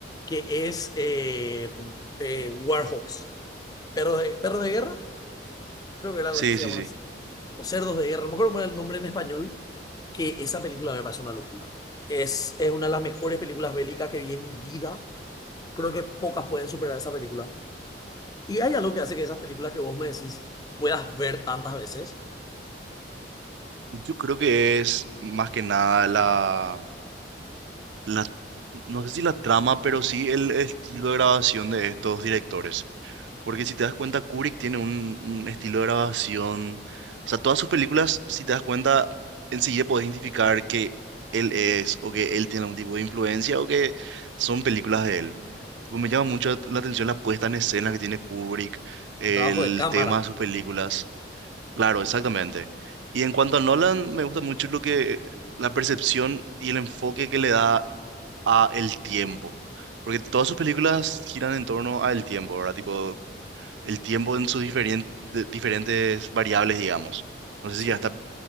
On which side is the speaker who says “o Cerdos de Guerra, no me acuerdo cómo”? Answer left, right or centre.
Left